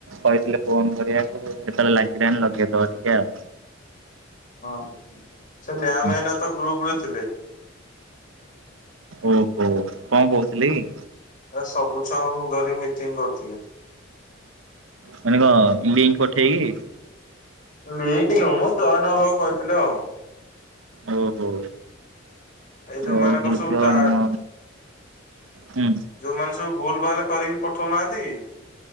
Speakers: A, on the right; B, on the left.
A: କହିଥିଲେ ଫୋନ କରିବାକୁ କେତେବେଳେ ଲାଗିଲାଣି ଲଗେଇଦବ ଟିକେ ଆଉ
B: ହଁ ସେ ମ୍ୟାମ
A: ଆଉ
B: ଏଇନା ତ ଗ୍ରୁପ ରେ ଥିଲେ।
A: ଓହୋ କଣ କହୁଥିଲି କି?
B: ଆ ସବୁ ଛୁଆଙ୍କୁ ଧରି ମିଟିଂ କରୁଥିଲେ।
A: ମାନେ କଣ ଲିଙ୍କ ପଠେଇକି?
B: ଲକ ନୁହଁ ମୁଁ ଯଏନ ହବାକୁ କହିଥିଲି ଆଉ।
A: ଓହୋ।
B: ଏଇ ଯୋଉ ମାନଙ୍କର
A: ଆଉ ହେଇଥ
B: ସବୁ ଟା
A: ମ ହୁଁ।
B: ଯୋଉମାନେ ସବୁ ଭୁଲ ଭାଲ କରିକି ପଠଉନାହାନ୍ତି କି?